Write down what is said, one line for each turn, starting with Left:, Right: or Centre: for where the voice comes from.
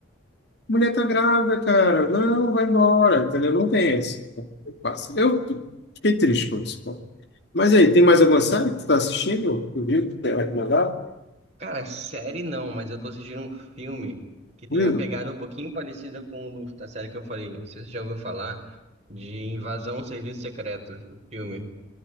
Left: Mulher tá grávida, cara. Não, vai embora, entendeu? Não tem esse. Passa. Eu fiquei triste com isso. pô. Mas aí, tem mais alguma série que tu tá assistindo? Tu viu que tem vai te mandar?
Right: Cara, série não, mas eu tô assistindo um filme que tem
Left: Hum,
Right: uma pegada um pouquinho parecida com o do- da série que eu falei. Não sei se você já ouviu falar de Invasão ao Serviço Secreto, o filme.